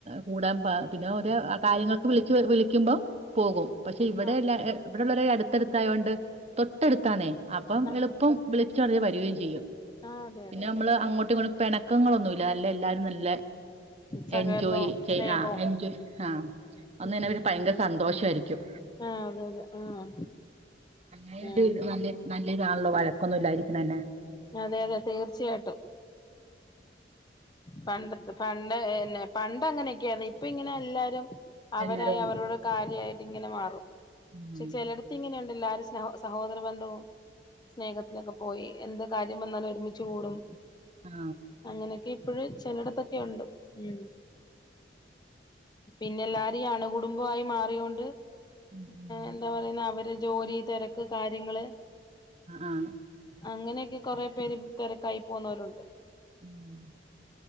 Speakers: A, on the right; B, on the left.
A: കൂടാൻ പിന്നെ ഓ കാര്യങ്ങൾക്ക് വിളിച്ച് വിളിക്കുമ്പോ....... പോകും..... പക്ഷെ ഇവിടെ
B: ആഹ്
A: ഇവിടെള്ളവരെ അടുത്തടുത്തായത്ണ്ട് തൊട്ടടുത്താന്നേ അപ്പം
B: ആഹ്
A: എളുപ്പം..... <unintelligible> ചെയ്യും
B: ആഹ് അതെ അതെ
A: പിന്നെ
B: അതെ
A: നമ്മള്
B: ആഹ്
A: അങ്ങോട്ഇങ്ങോട്ട് പിണക്കങ്ങളൊന്നും ഇല്ല എല്ലാരരും നല്ല..... ല്ല
B: സഹകരണവും
A: എൻജോയ്
B: സ്നേഹവും
A: ആ എൻജോയ് ആ...... അന്ന്
B: ഉം
A: തന്നെ അവര് ഭയങ്കര സന്തോഷ ആയിരിക്കും........
B: ആഹ് അതെ അതെ ആഹ്
A: <unintelligible>
B: ഉം ഉം
A: നല്ല നല്ല ഇതാണല്ലോ വഴക്കൊന്നും ഇല്ലായിരിക്കണന്നെ......
B: അതെ അതെ തീർച്ചയായിട്ടും....... പണ്ട പണ്ട് പിന്നെ പണ്ട അങ്ങനെയൊക്കെയാണ് ഇപ്പ ഇങ്ങനെ എല്ലാരു...... അവരായി
A: എല്ലാരും
B: അവരോടെ കാര്യായിട്ട് ഇങ്ങനെ മാറും
A: ഉം
B: പക്ഷെ ചിലടത്ത് ഇങ്ങ...... എല്ലാരും സഹോദര ബന്ധവും...... സ്നേഹത്തിലൊക്കെ പോയി എന്ത് കാര്യം വന്നാലും ഒരുമിച്ചച്ച് കൂടും
A: ആ
B: അങ്ങനൊ...... ഇപ്പോഴ് ചിലടത്തൊക്കെ ഉണ്ട് ഉ....... പിന്നെല്ലാരുംഈ അണുകുടുംബമായി മാറൊണ്ട്.......
A: ഉം.
B: എന്താ പറയുന്ന അവര് ജോലി തിരക്ക് കാര്യങ്ങള്.......
A: ആ.......
B: അങ്ങനെയൊക്കെ കൊറെ പേര് തിരക്കായി പോുന്നവരുണ്ട്......
A: ഉം